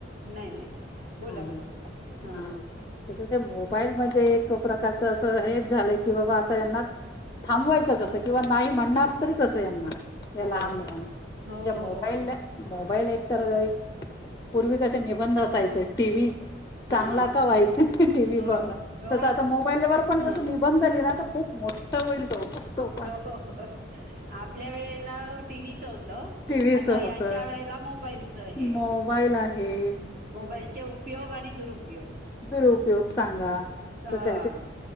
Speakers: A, on the right; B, on the left.
A: नाही नाही बोला
B: हा
A: बोला हा
B: हा मोबाईल म्हणजे एक तो प्रकारच हेच झालंय की बाबा आता यांना थांबवायचं कसं किंवा नाही म्हणणार तरी कसं यांना एला
A: हो
B: आ मिडंग म्हज
A: हो
B: म
A: हो
B: मोबईल
A: हो
B: मोबाईल एक तर पूर्वी कसे निबंध असायचे टीव्ही चांगला
A: हा
B: का वाहती टीव्ही
A: हो
B: बघणं
A: हो
B: तस आता मोबाईलवर पण
A: हा
B: जस निबंधलीि ना खूप मोठा होईल तो पण
A: हो आपल्या वेळेला टीव्हीचं होत
B: टीव्हीच
A: आता
B: होत
A: यांच्या वेळेला मोबाईलच हे
B: मोबाईल आहे
A: मोबाईलचे उपयोग आणि दुरुपोग
B: दुर उपयोग सांगा
A: हा
B: तर त्याचे